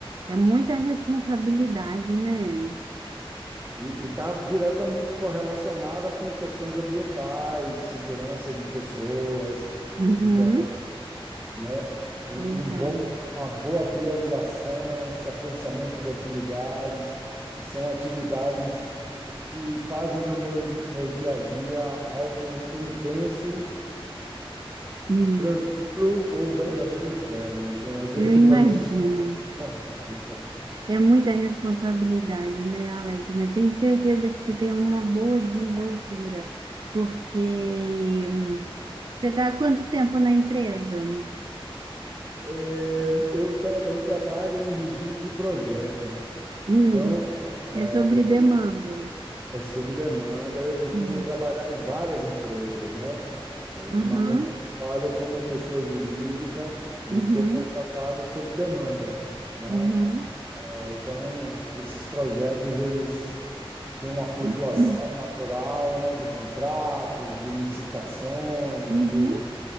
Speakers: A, on the right; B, on the right.
A: é muita responsabilidade, né?
B: E está diretamente correlacionada com questões ambientais, segurança de pessoas,
A: Uhum,
B: lider- né? Um,
A: verdade.
B: um bom, uma boa priorização, sequenciamento de atividades, são atividades que fazem do meu, meu dia a dia algo intenso,
A: Hum,
B: tranquilo ou verdadeiro inferno. Assim, Às vezes
A: eu imagino.
B: às pode. <laughs>
A: É muita responsabilidade, né, Alex? Mas tenho certeza que você tem uma boa desenvoltura, porque hum, você está há quanto tempo na empresa?
B: É, eu, tra eu trabalho em regime de projetos.
A: Hum,
B: Então, é,
A: é sobre
B: eu, cu-
A: demanda.
B: é sob demanda. Eu costumo
A: Hum,
B: trabalhar em várias empresas, né? Ultimamente,
A: Aham,
B: eu trabalho como pessoa jurídica e
A: uhum,
B: eu sou contratado sob demanda, né?
A: uhum,
B: É, Então, esses projetos, eles Tem uma flutuação
A: <clears throat>
B: natural, né, de contratos, de licitações,
A: uhum,
B: de,